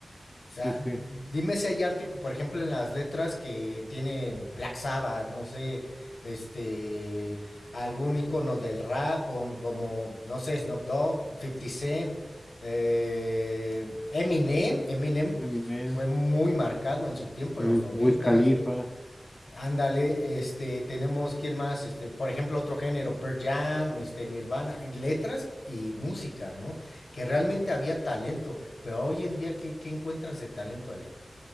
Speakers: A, on the left; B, on the left.
A: O sea,
B: sí, sí.
A: dime si hay arte, por ejemplo, en las letras que tienen Black Sabbath, no sé, este, algún icono del rap, o como, no sé, Snoop Dogg, Fifty Cent, eh, Eminem. Eminem
B: Eminem,
A: fue muy marcado en su tiempo,
B: el
A: en los noventas.
B: Wiz Khalifa.
A: Ándale, este, tenemos quién más, este, por ejemplo, otro género, Pearl Jam, este, Nirvana, en letras y música, ¿no? Que realmente había talento, pero hoy en día, ¿qué, qué encuentras de talento ahí?